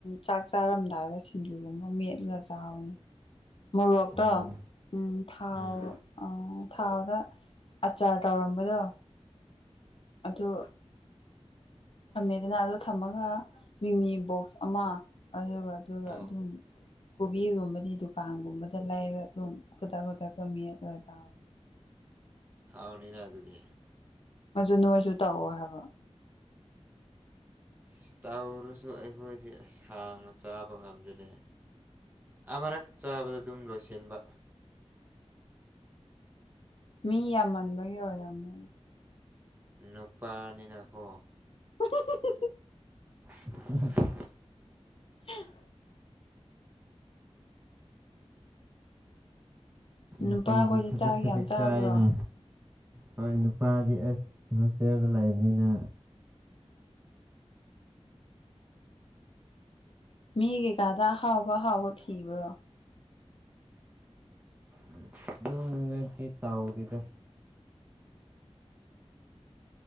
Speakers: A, on the left; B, on the right.
A: ꯆꯥꯛ ꯆꯥꯔꯝꯗꯥꯏꯗ ꯁꯤꯡꯖꯨꯒꯨꯝꯕ ꯃꯦꯠꯂꯒ ꯆꯥꯕꯅꯤ ꯃꯣꯔꯣꯛꯇꯣ
B: ꯑꯣ
A: ꯎꯝ ꯊꯥꯎ
B: ꯎꯝ
A: ꯑ ꯊꯥꯎꯗ ꯑꯆꯥꯔ ꯇꯧꯔꯝꯕꯗꯣ ꯑꯗꯨ ꯊꯝꯃꯦꯗꯅ ꯑꯗꯣ ꯊꯝꯃꯒ ꯃꯤꯃꯤ ꯕꯣꯛꯁ ꯑꯃ ꯑꯗꯨꯒ ꯑꯗꯨꯒ
B: ꯑꯣ
A: ꯑꯗꯨꯝ ꯀꯣꯕꯤꯒꯨꯝꯕꯗꯤ ꯗꯨꯀꯥꯟꯒꯨꯝꯕꯗ ꯂꯩꯔ ꯑꯗꯨꯝ ꯈꯨꯗꯛ ꯈꯨꯗꯛꯇ ꯃꯦꯠꯂꯒ ꯆꯥꯕ
B: ꯍꯥꯎꯅꯤꯅ ꯑꯗꯨꯗꯤ
A: ꯑꯗꯨ ꯅꯣꯏꯁꯨ ꯇꯧꯑꯣ ꯍꯥꯏꯕ
B: ꯏꯁ ꯇꯧꯔꯁꯨ ꯑꯩꯈꯣꯏꯗꯤ ꯁꯥꯡꯅ ꯆꯥꯕ ꯉꯝꯗ‍ꯦꯅꯦ ꯑꯃꯔꯛ ꯆꯥꯕꯗ ꯑꯗꯨꯝ ꯂꯣꯏꯁꯤꯟꯕ
A: ꯃꯤ ꯌꯥꯝꯃꯟꯕꯒꯤ ꯑꯣꯏꯔꯝꯅꯤ
B: ꯅꯨꯄꯥꯅꯤꯅꯀꯣ
A: <unintelligible>
B: <unintelligible>
A: <unintelligible>
B: ꯅꯨꯡꯇꯤꯒꯤ
A: ꯅꯨꯄꯥꯈꯣꯏꯗꯤ
B: ꯈꯖꯤꯛ
A: ꯆꯥꯛ
B: ꯈꯖꯤꯛ
A: ꯌꯥꯝ ꯆꯥꯕ꯭ꯔꯣ
B: ꯆꯥꯏꯅ ꯍꯣꯏ ꯅꯨꯄꯥꯗꯤ ꯑꯁ ꯍꯣꯁꯇꯦꯜꯗ ꯂꯩꯕꯅꯤꯅ
A: ꯃꯤꯒꯤ ꯀꯥꯗ ꯑꯍꯥꯎꯕ ꯑꯍꯥꯎꯕ ꯊꯤꯕ꯭ꯔꯣ
B: ꯎꯝ <unintelligible> ꯑꯗꯨꯝ ꯅꯗꯤ ꯇꯥꯎꯗ‌ꯦꯗ